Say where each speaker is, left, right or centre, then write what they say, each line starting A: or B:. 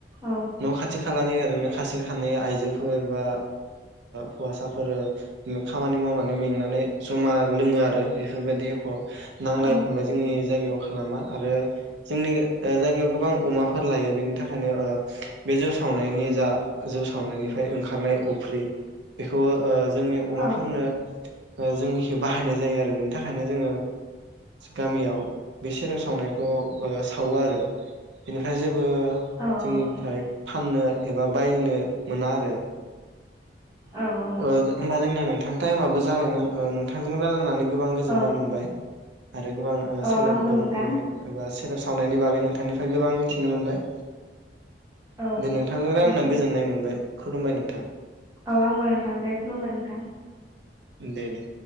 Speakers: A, on the right; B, on the right.
A: औ
B: न' खाथि खालानि ओरनो खासे खानै आइजोफोर ओ बा हौवासाफोर खामानि मावनानै मेंनानै जमा लोङो आरो बेफोरबायदि एख नांलाय
A: औ
B: खमलाय जोंनि जायगायाव खालामा आरो जोंनि ओ जायगायाव गोबां अमाफोर लायो बेनि थाखायनो ओ बे जौ सावनायनि जा जौ सावनायनिफ्राय ओंखारनाय अफ्रि बेखौ ओ जोंनि अमाफोरनो
A: औ
B: ओ जोंनिखि बाहायनाय जायो आरो बेनि थाखायनो जोङो गामियाव बे सेरेब सावनायखौ ओ सावो आरो बेनिफ्राय जे बो
A: औ
B: जोंनिफ्राय
A: नोंथां
B: फाननो। एबा बायनो मोना आरो।
A: औ औ
B: ओ जो आमफाय जोंनिया नों थां टाइमाबो जाबायमोन ओ नोंथांजों रायलायनानै गोबां गोजोननाय
A: औ
B: मोनबाय आरो गोबां ओ
A: औ
B: सेरेब
A: आंबो
B: बर'
A: नोंथां
B: फोरनि एबा सेरेब सावनायनि बागै नोंथांनिफ्राय गोबां मिथिनो मोनबाय।
A: औ
B: दे नोंथांनो रायलायना
A: नोंथां
B: गोजोननाय मोनबाय। खुलुमबाय नोंथां।
A: औ आंबो नोंथां दे खुलुमबाय नोंथां।
B: दे दे।